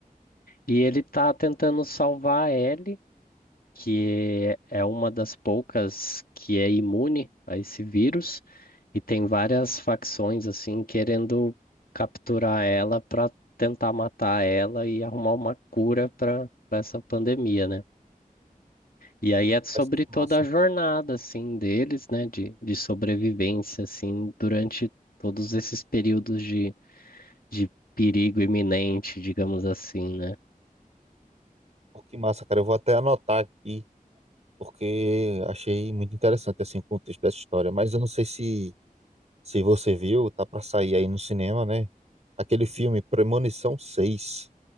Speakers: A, on the left; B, on the right.
A: E ele tá tentando salvar a Ellie que é uma das poucas que é imune a esse vírus e tem várias facções assim querendo capturar ela para tentar matar ela e arrumar uma cura para essa pandemia, né? E aí é sobre
B: Mas que
A: toda
B: massa.
A: a jornada assim deles, né, de, de sobrevivência assim durante todos esses períodos de, de perigo iminente, digamos assim, né?
B: Pô, que massa, cara. Eu vou até anotar aqui, porque achei muito interessante assim, o contexto dessa história. Mas eu não sei se, se você viu, tá pra sair aí no cinema, né? Aquele filme Premonição 6.